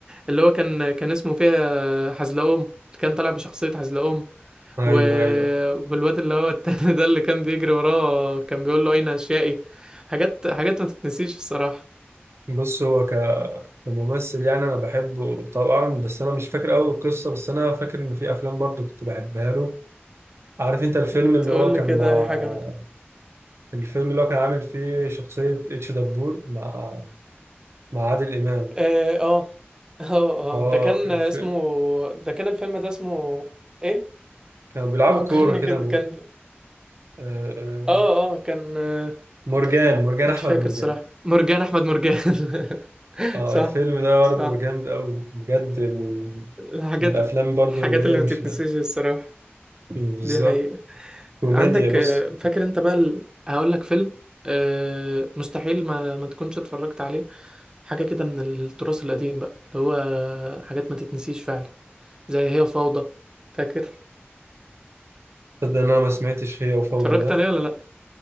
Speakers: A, on the right; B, on the right.
A: اللي هو كان كان اسمه فيها حزلقوم كان طالع بشخصية حزلقوم
B: أيوه
A: و...
B: أيوه
A: والواد اللي هو التاني <laughs> ده اللي كان بيجري وراه كان بيقول له اين اشيائي حاجات حاجات ما تتنسيش الصراحة
B: بص هو ك... كممثل يعني أنا بحبه طبعا بس أنا مش فاكر أوي القصة بس أنا فاكر إن في أفلام برضو كنت بحبها له عارف أنت الفيلم اللي
A: تقول
B: هو كان
A: لي كده
B: مع
A: اي حاجة منها
B: الفيلم اللي هو كان عامل فيه شخصية اتش دبور مع مع عادل إمام
A: اه اه <laughs> اه
B: اه
A: آه، ده كان
B: الف...
A: اسمه ده كان الفيلم ده اسمه ايه
B: كانوا بيلعبوا
A: فكرني
B: كورة كده
A: كده
B: من...
A: كان
B: آه، آه،
A: اه اه كان آه،
B: مرجان مرجان
A: مش
B: أحمد
A: فاكر
B: مرجان
A: الصراحة مرجان احمد مرجان <laughs>
B: اه
A: صح
B: الفيلم ده
A: صح
B: برضه جامد قوي بجد من,
A: الحاجات
B: من الافلام برضه
A: الحاجات
B: اللي هي
A: اللي
B: مش
A: ما تتنسيش الصراحة
B: بالظبط
A: دي حقيقة
B: كوميديا
A: عندك
B: بص
A: آه، فاكر انت بقى ال... هقول لك فيلم آه، مستحيل ما ما تكونش اتفرجت عليه حاجة كده من التراث القديم بقى اللي هو حاجات ما تتنسيش فعلا زي هي فوضى فاكر
B: تصدق إن انا ما سمعتش هي وفوضى
A: اتفرجت
B: ده
A: عليه ولا لا